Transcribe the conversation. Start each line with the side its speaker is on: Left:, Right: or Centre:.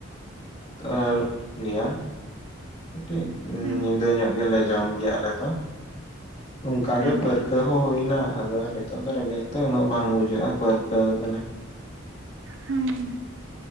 Left: <unintelligible> ᱜᱮᱭᱟ ᱠᱟᱹᱴᱤᱡ
Right: ᱦᱩᱸ
Left: ᱧᱤᱫᱟᱹ ᱧᱚᱜ ᱜᱮᱞᱮ ᱡᱚᱢᱜᱮᱭᱟ ᱟᱞᱮ ᱫᱚ ᱚᱱᱠᱟ
Right: ᱦᱩᱸ
Left: ᱜᱮ ᱯᱟᱹᱨ ᱯᱟᱹᱨᱠᱟᱹᱣ ᱦᱚᱸ ᱦᱩᱭ ᱮᱱᱟ ᱟᱫᱚ ᱱᱤᱛᱚᱜ ᱫᱚ ᱨᱮᱸᱜᱮᱡ ᱫᱚ ᱩᱱᱟᱹᱜ ᱵᱟᱝ ᱵᱩᱡᱟᱹᱜᱼᱟ ᱯᱟᱹᱨᱠᱟᱹᱣ ᱟᱠᱟᱱᱟᱹᱧ᱾
Right: ᱦᱮᱸ